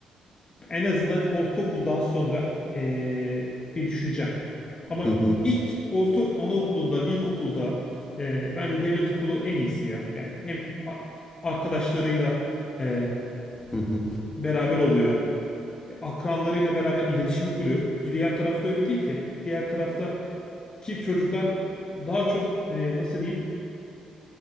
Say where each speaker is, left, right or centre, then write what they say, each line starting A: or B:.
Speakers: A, on the left; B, on the left.
A: en azından ortaokuldan sonra e, bir düşüncem. Ama
B: Hı hı,
A: ilk orta anaokulunda, ilkokulda e, bence devlet okulu en iyisi ya. Yani hem a- arkadaşlarıyla e,
B: hı hı,
A: beraber oluyor. e, akranlarıyla beraber iletişimi kuruyor. Diğer tarafta öyle değil ki. Diğer tarafta ki çocuklar daha çok e, nasıl diyeyim